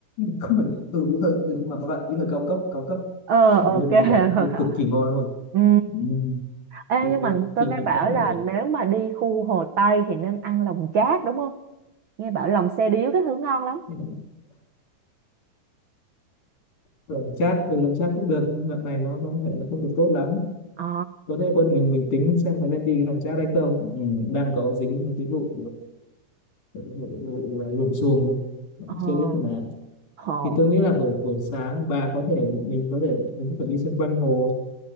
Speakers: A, on the left; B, on the right.
A: không phải ừ, bí thư ừ, nhưng mà có loại bia thư cao cấp cao cấp
B: ờ
A: ở bên
B: ok
A: bình
B: <laughs>
A: thường bia cực kỳ ngon luôn
B: ừ
A: Ừ.
B: Ê,
A: thì
B: nhưng
A: mình
B: mà tôi
A: thì
B: nghe
A: mình
B: bảo
A: có thể
B: là nếu mà đi khu Hồ Tây thì nên ăn lòng chát đúng không? Nghe bảo lòng xe điếu cái thứ ngon lắm.
A: ờ, làm chat ừ làm chat cũng được đoạn này nó có thể nó không được tốt lắm
B: Ờ,
A: có thể có thể mình mình tính xem có nên đi cái làm chat hay không ừ, đang có dính một cái vụ ờ, vụ, vụ, vụ ờ, lùm xùm đấy Cũng
B: ờ,
A: chưa biết thế nào
B: hồ.
A: thì tôi nghĩ là buổi buổi sáng bà có thể mình có thể mình có thể đi xung quanh hồ